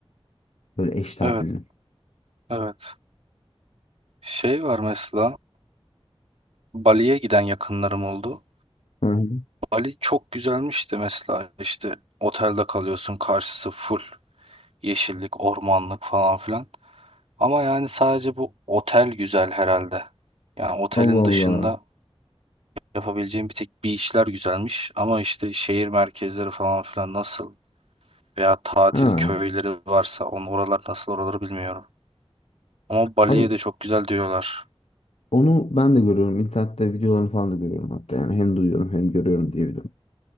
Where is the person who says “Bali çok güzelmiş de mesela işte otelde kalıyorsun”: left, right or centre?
Right